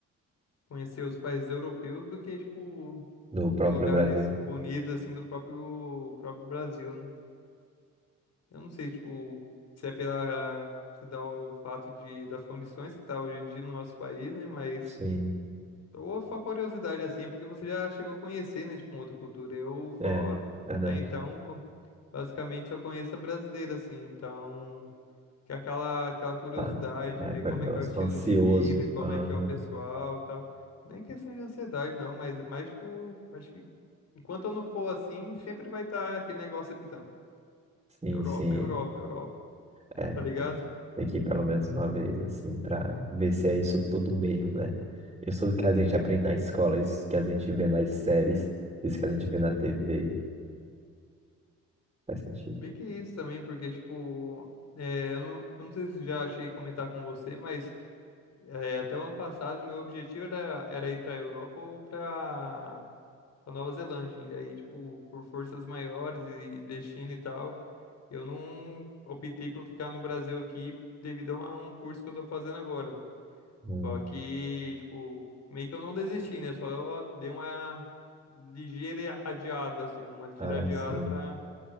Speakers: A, on the left (about 60°); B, on the right (about 20°).
A: conhecer os países europeus do que, tipo,
B: no
A: os
B: próprio
A: lugares
B: Brasil.
A: bonitos, assim, do próprio, próprio Brasil, né? Eu não sei, tipo, se é pela, se dá o fato de, das condições que tá hoje em dia no nosso país, né? Mas,
B: Sim,
A: ou só curiosidade, assim, é porque você já chegou a conhecer, né, tipo, uma outra cultura. Eu
B: é,
A: só,
B: verdade.
A: até então, co- basicamente só conheço a brasileira, assim, então que é aquela, aquela curiosidade,
B: Tá.
A: de
B: É
A: ver
B: curioso,
A: como é que é o estilo
B: tô ansioso.
A: de vida, como
B: Aham.
A: é que é o pessoal e tal. Nem questão de ansiedade, não, mas mais, tipo, acho que enquanto eu não for assim, sempre vai estar aquele negócio apitando.
B: Sim,
A: Europa,
B: sim.
A: Europa, Europa,
B: É,
A: tá ligado?
B: tem, tem que ir pelo menos uma vez, assim, pra ver se é isso tudo mesmo, né? Isso tudo que a gente aprende na escola, isso que a gente vê nas séries, isso que a gente vê na TV. Faz sentido.
A: Meio que isso também, porque, tipo, é, eu não, eu não sei se já cheguei a comentar com você, mas é, até o ano passado meu objetivo era, era ir pra Europa ou pra da Nova Zelândia. E aí, tipo, por forças maiores e destino e tal, eu não optei por ficar no Brasil aqui devido a um curso que eu tô fazendo agora.
B: Hum.
A: Só que, tipo, meio que eu não desisti, né? Só dei uma ligeira adiada, assim, uma ligeira
B: Ah,
A: adiada
B: sim.
A: pra